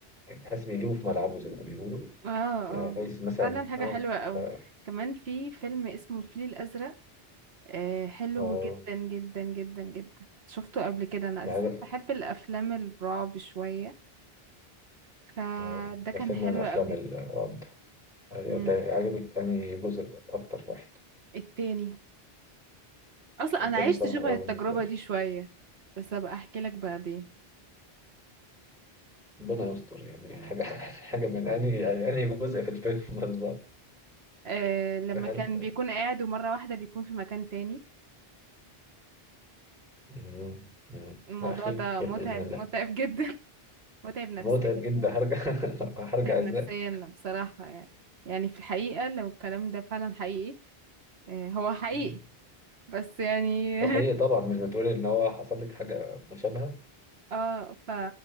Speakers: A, in the centre; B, on the right.
A: يعني حاسس بيجيبه في ملعبه زي ما بيقولوا
B: اه اه
A: يعني عايز مثلا
B: فعلا حاجة
A: اه
B: حلوة قوي
A: ف
B: كمان في فيلم اسمه الفيل الأزرق آه حلو
A: اه
B: جدا جدا جدا جدا شفته قبل كده أنا
A: دي
B: أساسا
A: حاجة
B: بحب الأفلام الرعب شوية فده
A: آه، ده
B: كان
A: فيلم
B: حلو
A: من الأفلام
B: قوي
A: الغامضة أيوة،
B: مم.
A: أنت عجبك أنهي جزء أكتر واحد
B: التاني اصلا
A: التاني
B: انا عشت
A: بصراحة
B: شبه
A: أه
B: التجربه
A: بالنسبة لي
B: دي شويه بس ابقى احكي لك بعدين
A: ربنا يستر يعني يعني حاجة <laughs> حاجة من أنهي يعني أنهي جزء في الفيلم <laughs> بالظبط
B: أه لما
A: هل
B: كان بيكون قاعد ومره واحده بيكون في مكان تاني
A: مم، مم.
B: الموضوع
A: لا خير
B: ده
A: خير
B: متعب
A: بإذن الله
B: متعب جدا <laughs> متعب نفسيا
A: متعب جدا
B: يعني
A: هرجع <laughs> هرجع
B: متعب
A: إزاي
B: نفسيا بصراحه يعني يعني في الحقيقه لو الكلام ده فعلا حقيقي أه هو حقيقي
A: مم.
B: بس يعني
A: وحقيقي طبعا مش بتقولي إن هو حصل لك حاجة مشابهة
B: <laughs> اه ف...